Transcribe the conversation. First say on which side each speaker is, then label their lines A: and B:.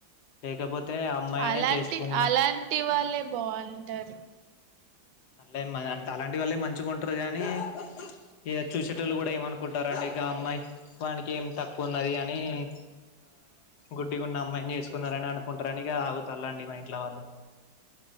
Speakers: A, on the left (about 65°); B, on the right (about 75°).
A: లేకపోతే అమ్మాయినే
B: అలాంటి
A: చేసుకుందాం
B: అలాంటి వాళ్ళే బాగుంటారు
A: అంటే అ అలాంటి వాళ్ళే మంచిగా ఉంటారు గానీ ఇ చూసేటోళ్ళు కూడా ఏమనుకుంటారండి ఇక అమ్మాయి వానికి ఏం తక్కువ ఉన్నది అని ఇ గుడ్డి గున్న అమ్మాయిని చేసుకున్నారని అను కుంటారనిగా ఆవుతల్లండి మా ఇంట్లో వాళ్ళు